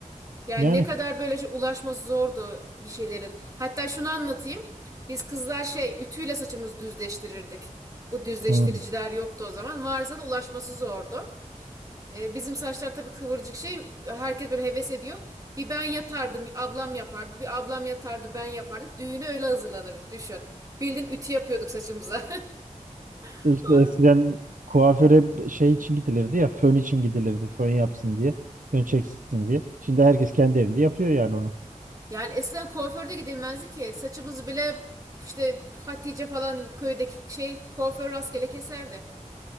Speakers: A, on the right; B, on the right.
A: Yani
B: Yani
A: ne kadar böyle şey ulaşması zordu bir şeylerin. Hatta şunu anlatayım. Biz kızlar şey ütüyle saçımızı düzleştirirdik. Bu düzleştiriciler
B: hı.
A: yoktu o zaman. Varsa da ulaşması zordu. Ee, bizim saçlar tabii kıvırcık şey. Herkes böyle heves ediyor. Bir ben yatardım, ablam yapardı. Bir ablam yatardı, ben yapardık. Düğüne öyle hazırlanırdık düşün. Bildiğin ütü yapıyorduk saçımıza. <laughs>
B: işte eskiden kuaföre şey için gidilirdi ya fön için gidilirdi. Fön yapsın diye. Fön çeksin diye. Şimdi herkes kendi evinde yapıyor yani onu.
A: Yani eskiden kuaförde gidilmezdi ki. saçımız bile işte Hatice falan köydeki şey kuaför rastgele keserdi.